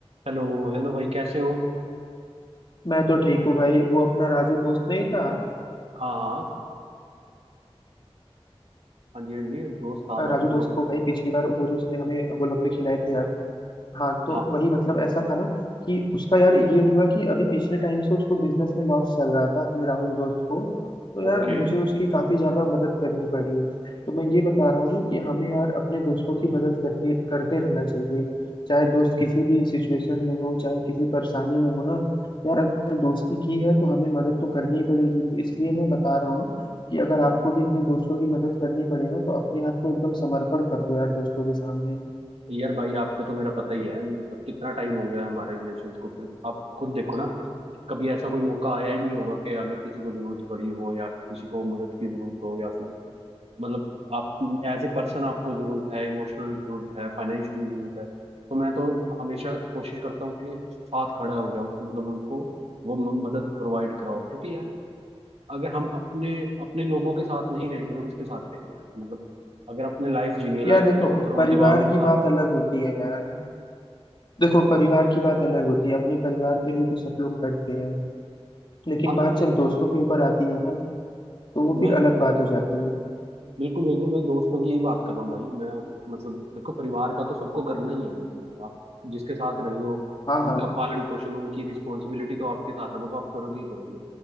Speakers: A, on the right (about 85°); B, on the left (about 50°).
A: हेलो हेलो भाई कैसे हो
B: मैं तो ठीक हूँ भाई वो अपना राजू दोस्त नहीं था
A: हाँ हाँ हाँ जी हाँ जी दोस्त था राजू
B: राजू दोस्त
A: बोलो
B: को भाई पिछली बार वो जो उसने हमें गोलगप्पे खिलाए थे याद हाँ तो
A: हाँ
B: वही मतलब ऐसा था ना कि उसका यार ये हुआ कि अभी पिछले टाइम से उसको बिजनेस में लॉस चल रहा था अपने राहुल दोस्त को तो यार
A: ओके
B: मुझे उसकी काफी ज्यादा मदद करनी पड़ी तो मैं ये बता रहा हूँ ना कि हमें यार अपने दोस्तों की मदद करनी करते रहना चाहिए चाहे दोस्त किसी भी सिचुएशन में हो चाहे किसी परेशानी में हो ना यार अगर दोस्ती की है तो हमें मदद तो करनी ही पड़ेगी तो इसलिए मैं बता रहा हूँ कि अगर आपको भी अपने दोस्तों की मदद करनी पड़े ना तो अपने आप को एकदम समर्पण कर दो यार दोस्तों के सामने
A: यार भाई आपको तो मेरा पता ही है हम- कितना टाइम हो गया हमारे रिलेशन को फिर आप खुद देखो ना कभी ऐसा कोई मौका आया ही नहीं होगा कि अगर किसी को जरूरत पड़ी हो या किसी को मदद की जरूरत हो या फिर मतलब आप एज ए पर्सन आपको जरूरत है इमोशनल जरूरत है फाइनेंशियली जरूरत है तो मैं तो हमेशा कोशिश करता हूँ कि साथ खड़ा हो जाऊँ मतलब उनको वो म- मदद प्रोवाइड कराओ क्योंकि यार अगर हम अपने अपने लोगों के साथ नहीं रहेंगे तो किसके साथ रहेंगे यार मतलब अगर अपने लाइफ जीनी है लाइफ
B: यार देखो
A: पत्थरों
B: परिवार
A: दीवारों के
B: की
A: साथ
B: बात अलग होती है यार देखो परिवार की बात अलग होती है अपने परिवार के लिए तो सब लोग करते हैं लेकिन
A: हमें
B: बात
A: अपने
B: जब दोस्तों के ऊपर आती है ना तो वो
A: मैं
B: फिर अलग बात हो जाती है
A: बिल्कुल बिल्कुल मैं दोस्तों की ही बात कर रहा हूँ भाई मैं मतलब देखो परिवार का तो सबको करना ही है मतलब आप जिसके साथ रहे हो
B: हाँ हाँ
A: उनका पालन पोषण उनकी रिस्पॉन्सिबिलिटी तो आपके साथ है वो तो आप करोगे ही करोगे